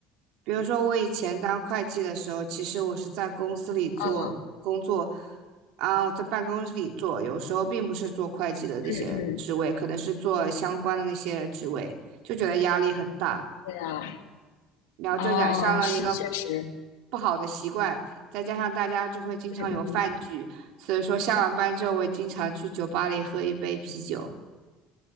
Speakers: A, on the right; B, on the left.
A: 比如说，我以前当会计的时候，其实我是在公司里做工作，
B: 嗯
A: 啊，我在办公室里做，有时候并不是做会计的那些职位，
B: 嗯嗯，
A: 可能是做相关的那些职位，就觉得压力很大。
B: 对啊。
A: 然后就染上了一个
B: 哦，是确实，
A: 不好的习惯，再加上大家就会经常有饭局，
B: 嗯嗯，
A: 所以说下完班之后，我经常去酒吧里喝一杯啤酒，